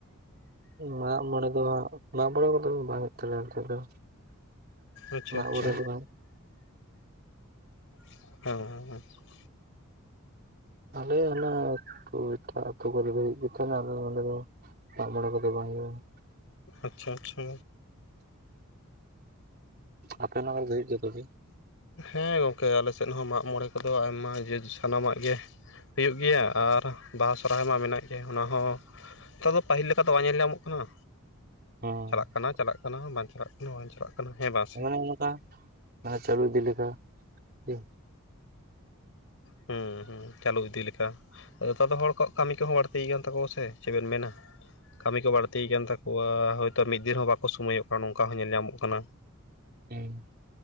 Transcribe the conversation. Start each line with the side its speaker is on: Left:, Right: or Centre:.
Right: ᱢᱟᱜ ᱢᱚᱸᱬᱮ ᱫᱚ, ᱦᱟᱸᱜ ᱢᱟᱜ ᱢᱚᱸᱬᱮ ᱠᱚᱫᱚ ᱵᱟᱝ ᱦᱩᱭᱩᱜ ᱛᱟᱞᱮᱭᱟ ᱱᱚᱛᱮ ᱫᱚ᱾
Left: ᱟᱪᱪᱷᱟ
Right: ᱢᱟᱜᱽᱢᱚᱬᱮ
Left: ᱟᱪᱪᱷᱟ
Right: ᱨᱮᱢᱟ
Left: <unintelligible>
Right: ᱛᱟᱦᱞᱮ ᱚᱱᱮ ᱟᱹᱛᱩ ᱮᱴᱟᱜ ᱟᱹᱛᱩ ᱠᱚᱨᱮ ᱫᱚ ᱦᱩᱭᱩᱜ ᱜᱮ ᱛᱟᱦᱮᱱᱟ ᱟᱞᱮ ᱱᱚᱰᱮ ᱫᱚ ᱢᱟᱜᱽ-ᱢᱚᱬᱮᱸ ᱠᱚᱫᱚ ᱵᱟᱝ ᱦᱩᱭᱩᱜᱼᱟ᱾
Left: ᱟᱪᱪᱷᱟ ᱟᱪᱪᱷᱟ᱾
Right: ᱟᱯᱮ ᱦᱚᱸ ᱵᱮᱱ <inaudible>
Left: ᱦᱮᱸ ᱜᱚᱠᱮ ᱟᱞᱮ ᱥᱮᱫ ᱦᱚᱸ ᱢᱟᱜ ᱢᱚᱬᱮ ᱠᱚᱫᱚ ᱟᱭᱢᱟ ᱡᱮ ᱥᱟᱱᱟᱢᱟᱜ ᱜᱮ ᱦᱩᱭᱩᱜ ᱜᱮᱭᱟ ᱟᱨ ᱵᱟᱦᱟ, ᱥᱚᱨᱦᱟᱭ ᱢᱟ ᱢᱮᱱᱟᱜ ᱜᱮ ᱚᱱᱟ ᱦᱚᱸ ᱱᱮᱛᱟᱨ ᱫᱚ ᱯᱟᱹᱦᱤᱞ ᱞᱮᱠᱟ ᱛᱚ ᱵᱟᱝ ᱧᱮᱞ ᱧᱟᱢᱚᱜ ᱠᱟᱱᱟ᱾
Right: ᱦᱮᱸ
Left: ᱪᱟᱞᱟᱜ ᱠᱟᱱᱟ ᱪᱟᱞᱟᱜ ᱠᱟᱱᱟ ᱵᱟᱝ ᱪᱟᱞᱟᱜ ᱠᱟᱱᱟ ᱵᱟᱝ ᱪᱟᱞᱟᱜ ᱠᱟᱱᱟ ᱦᱮᱸ ᱵᱟᱝ ᱥᱮ?
Right: ᱦᱚᱸᱱᱚᱠᱟ ᱢᱟᱱᱮ ᱪᱟᱹᱞᱩ ᱤᱫᱤ ᱞᱮᱠᱟ ᱜᱮ᱾
Left: ᱦᱩᱸ ᱦᱩᱸ ᱪᱟᱹᱞᱩ ᱤᱫᱤ ᱞᱮᱠᱟ᱾ ᱱᱮᱛᱟᱨ ᱫᱚ ᱦᱚᱲ ᱠᱚᱣᱟᱜ ᱠᱟᱹᱢᱤ ᱠᱚᱦᱚᱸ ᱵᱟᱹᱲᱛᱤᱭ ᱟᱠᱟᱱ ᱛᱟᱠᱚᱣᱟ ᱥᱮ ᱪᱮ ᱵᱮᱱ ᱢᱮᱱᱟ? ᱠᱟᱹᱢᱤ ᱠᱚ ᱵᱟᱹᱲᱛᱤᱭ ᱠᱟᱱ ᱛᱟᱠᱚᱣᱟ, ᱦᱳᱭᱛᱳ ᱢᱤᱫ ᱫᱤᱱ ᱦᱚᱸ ᱵᱟᱠᱚ ᱥᱳᱢᱚᱭᱚᱜ ᱠᱟᱱᱟ ᱱᱚᱝᱠᱟ ᱦᱚᱸ ᱧᱮᱞ ᱧᱟᱢᱚᱜ ᱠᱟᱱᱟ᱾
Right: ᱦᱩᱸ